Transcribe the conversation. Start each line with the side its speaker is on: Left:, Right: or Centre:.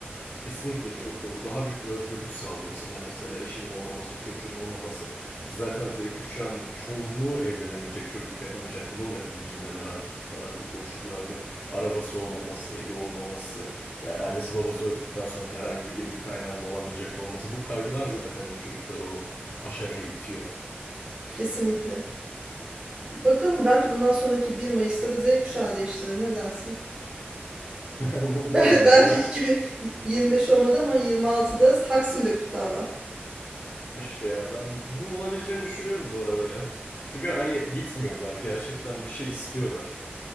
Left: Kesinlikle çok doğru. Daha büyük bir özgürlük sağlıyor sana. Mesela eşinin olmaması, çocuğun olmaması. Ki zaten Z kuşağının çoğunluğu evlenemeyecek, çocuk yapamayacak. Bunun da bilincindeler artık bu kadar bu koşullarda. Arabası olmaması, evi olmaması. Yani annesi babası öldükten sonra herhangi bir gelir kaynağının olamayacak olması. Bu kaygılar zaten o çocukları o aşamaya itiyor.
Right: Kesinlikle. Bakalım belki bundan sonraki bir Mayıs'ta da Z kuşağı değiştirir. Ne dersin?
Left: <laughs> Umarım
Right: <laughs>
Left: ya.
Right: Belki
Left: Ben
Right: 2025 olmadı ama 26'da Taksim'de kutlarlar.
Left: keşke ya. Ben bunun olabileceğini düşünüyorum bu arada ya. Çünkü hani gitmiyorlar. Gerçekten bir şey istiyorlar.